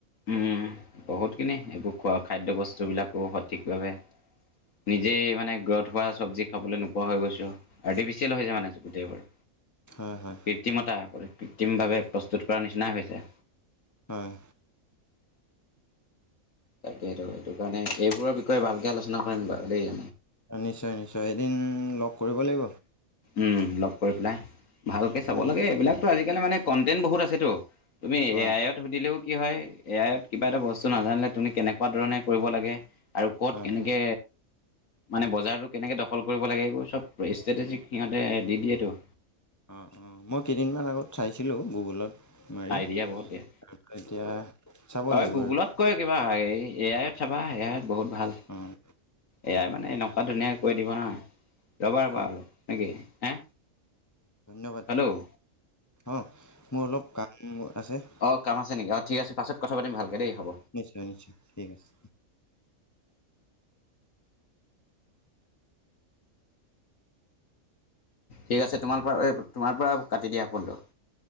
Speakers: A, on the left; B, on the left.
A: উম বহুতখিনি এইবোৰ খোৱা খাদ্য বস্তুবিলাকো সঠিকভাৱে। নিজেই মানে গ্ৰথ হোৱা চব্জি খাবলৈ নোপোৱা হৈ গৈছোঁ। আৰ্টিফিচিয়েল হৈছে মানে গোটেইবোৰ
B: হয় হয়।
A: কৃত্ৰিমতাসকলে কৃত্ৰিমভাৱে প্ৰস্তুত কৰাৰ নিচিনাই হৈছে।
B: হয়।
A: তাকেইতো সেইটো কাৰণে এইবোৰৰ বিষয়ে ভালকৈ আলোচনা কৰিম বাৰু দেই।
B: নিশ্চয় নিশ্চয় এদিন লগ কৰিব লাগিব।
A: উম লগ কৰি পেলাই ভালকে চাব
B: উম
A: লাগে এইবিলাকতো আজিকালি মানে। কণ্টেণ্ট বহুত আছেতো তুমি
B: হয়
A: এ আইত। সুধিলেও কি হয় এ আয়ত কিবা এটা বস্তু নাজানিলে তুমি কেনেকুৱা ধৰণে কৰিব লাগে। আৰু ক'ত
B: হয়।
A: কেনেকে মানে বজাৰটো কেনেকৈ দখল কৰিব লাগে এইবোৰ চব। ষ্ট্ৰেটেজিক সিহঁতে দি দিয়েতো।
B: অঁ অঁ মই কেইদিনমান আগত চাইছিলোঁ গুগুলত। মাৰি
A: আইডিয়া বহুত দিয়ে।
B: তাৰি এতিয়া চাব
A: অ
B: লাগিব
A: গুগলত
B: আৰু।
A: কয় কিবা হ এ আয়ত চাবা এ আয়ত বহুত ভাল।
B: উম।
A: এয়াই মানে এনেকুৱা ধুনীয়াক কৈ দিব নহয় ৰ'বা ৰ'বা
B: অঁ
A: হল নেকি হে।
B: ধন্যবাদ
A: হেল্ল'
B: অঁ মোৰ অলপ কাম আছে।
A: অঁ কাম আছে নেকিঁ ঠিক আছে পাছত কথা পাতিম ভালকে দেই হ'ব।
B: নিশ্চয় নিশ্চয় ঠিক আছে।
A: ঠিক আছে তোমাৰ পৰা তোমাৰ পৰা কাটি দিয়া ফোনটো।